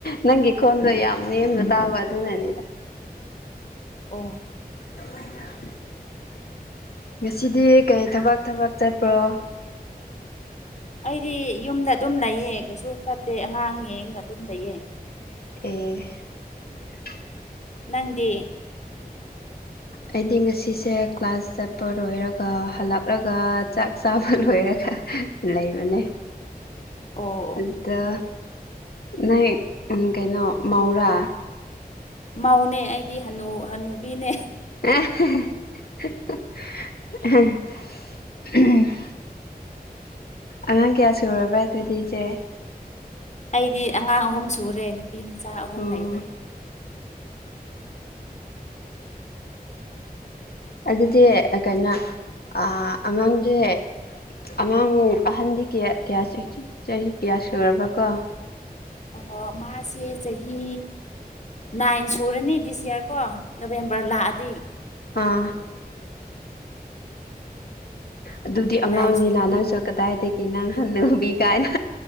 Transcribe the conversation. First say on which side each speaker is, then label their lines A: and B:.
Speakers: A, on the left (about 75°); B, on the left (about 45°).
A: ꯅꯪꯒꯤ ꯈꯣꯟꯗꯣ ꯌꯥꯝ ꯅꯦꯝꯅ ꯇꯥꯕ ꯑꯗꯨꯅꯅꯤꯗ꯫
B: ꯑꯣ
A: <unintelligible> ꯉꯁꯤꯗꯤ ꯀꯩ ꯊꯕꯛ ꯊꯕꯛ ꯆꯠꯄ꯭ꯔꯣ?
B: ꯑꯩꯗꯤ ꯌꯨꯝꯗ ꯑꯗꯨꯝ ꯂꯩꯌꯦ ꯀꯩꯁꯨ ꯆꯠꯇꯦ ꯑꯉꯥꯡ ꯌꯦꯡꯉꯒ ꯑꯗꯨꯝ ꯂꯩꯌꯦ꯫
A: ꯑꯦ
B: ꯅꯪꯗꯤ
A: ꯑꯩꯗꯤ ꯉꯁꯤꯁꯦ ꯀ꯭ꯂꯥꯁ ꯆꯠꯄ ꯂꯣꯏꯔꯒ ꯍꯜꯂꯛꯔꯒ ꯆꯥꯛ ꯆꯥꯕ ꯂꯣꯏꯔꯒ ꯂꯩꯕꯅꯦ
B: ꯑꯣ ꯑꯣ
A: ꯑꯗꯥ ꯅꯩ ꯎꯝ ꯀꯩꯅꯣ ꯃꯧꯔꯥ
B: ꯃꯥꯎꯅꯦ ꯑꯩꯗꯤ ꯍꯅꯨ ꯍꯅꯨꯕꯤꯅꯦ꯫
A: <unintelligible> ꯑꯉꯥꯡ ꯀ꯭ꯌꯥ ꯁꯨꯔꯕ꯭ꯔꯥ ꯑꯗꯨꯗꯤ ꯏꯆꯦ?
B: ꯑꯩꯗꯤ ꯑꯉꯥꯡ ꯑꯍꯨꯝ ꯁꯨꯔꯦ ꯅꯨꯄꯤ ꯃꯆꯥ ꯑꯍꯨꯝ
A: ꯎꯝ
B: ꯂꯩꯔꯦ꯫
A: ꯑꯗꯨꯗꯤ ꯑ ꯀꯩꯅꯣ ꯑ ꯑꯉꯥꯡꯒꯤ ꯑꯉꯥꯡ ꯑꯍꯟꯗꯤ ꯀ꯭ꯌꯥ ꯀ꯭ꯌꯥ <unintelligible> ꯆꯍꯤ ꯀꯌꯥ ꯁꯨꯔꯕ꯭ꯔꯥ ꯀꯣ
B: ꯑꯣ ꯃꯥꯁꯦ ꯆꯍꯤ ꯅꯥꯏꯟ ꯁꯨꯔꯅꯤ ꯗꯤꯁ ꯏꯌꯥꯔ ꯀꯣ ꯅꯣꯕꯦꯝꯕꯔ ꯂꯥꯛꯑꯗꯤ
A: ꯑ ꯑꯗꯨꯗꯤ
B: ꯅꯥꯏꯟ
A: ꯑꯉꯥꯡꯅꯤꯅ
B: ꯁꯨꯔꯅꯤ
A: ꯅꯪꯁꯨ ꯀꯗꯥꯏꯗꯒꯤ ꯅꯪ ꯍꯟꯅꯨꯕꯤ ꯀꯥꯏꯅ